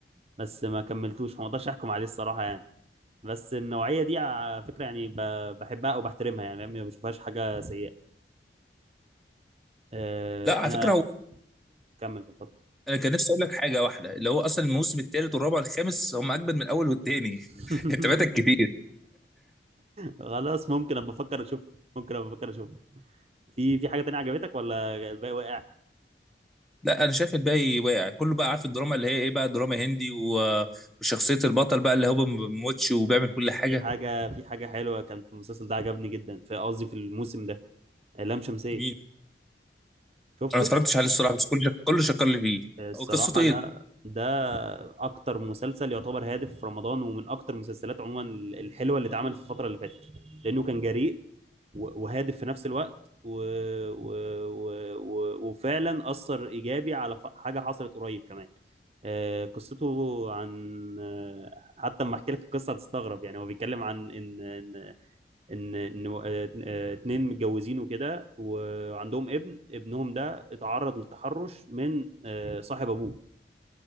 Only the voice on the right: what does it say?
بس ما كملتوش فما اقدرش احكم عليه الصراحه يعني بس النوعيه دي على فكره يعني ب- بحبها او بحترمها يعني ما بشوفهاش حاجه سيئه آه،
انا
كمل بفضل
<laughs>
خلاص ممكن ابقى افكر اشوفه ممكن ابقى افكر اشوفه في في حاجه تانية عجبتك ولا الباقي واقع
بس
في حاجه في حاجه حلوه كان في المسلسل ده عجبني جدا في قصدي في الموسم ده لام شمسيه
شفته
الصراحه
ده ده اكتر مسلسل يعتبر هادف في رمضان ومن اكتر المسلسلات عموما الحلوه اللي اتعملت في الفتره اللي فاتت لانه كان جريء و- وهادف في نفس الوقت و... و... و... و... وفعلا أثر إيجابي على ف- حاجة حصلت قريب كمان آه، قصته عن آه، حتى لما احكي لك القصه هتستغرب يعني هو بيتكلم عن ان ان ان, إن آه، آه، اتنين متجوزين وكده وعندهم ابن ابنهم ده اتعرض للتحرش من آه، صاحب ابوه